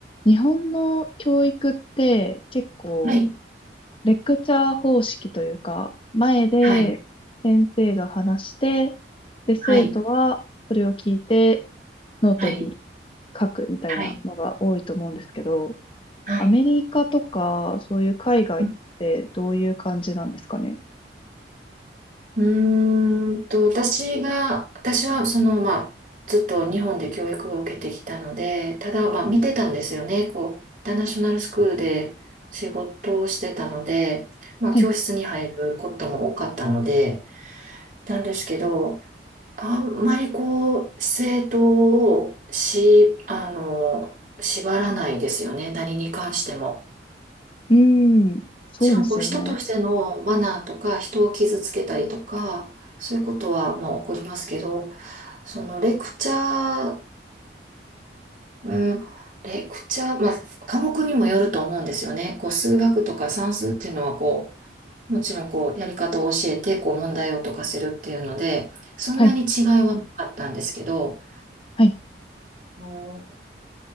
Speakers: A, on the left; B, on the right.
A: 日本の教育って結構
B: はい。
A: レクチャー方式というか、前で先生が話して、
B: はい。
A: で、生徒はそれを聞いて
B: はい。
A: ノートに
B: はい。
A: 書くみたいなのが多いと思うんですけど、
B: はい。はい。
A: アメリカとかそういう海外ってどういう感じなんですかね。
B: うんうーんと、私が、私はその、まあ、ずっと日本で教育を受けてきたので、ただ、まあ、見てたんですよね。こう、インターナショナルスクールで仕事をしてたので、まあ、
A: はい。
B: 教室に入ることも多かったので、なんですけど、あんまりこう、生徒をし、あの、縛らないですよね。何に関しても。
A: うーん。そうですよね。
B: もちろんこう人としてのマナーとか人を傷つけたりとかそういうことはまあ起こりますけどそのレクチャー、うん、レクチャー、まあ、科目にもよると思うんですよね。こう数学とか算数っていうのはこうもちろんこうやり方を教えてこう問題を解かせるっていうのでそんなに違いはなかったんですけど、
A: はい。はい。
B: うん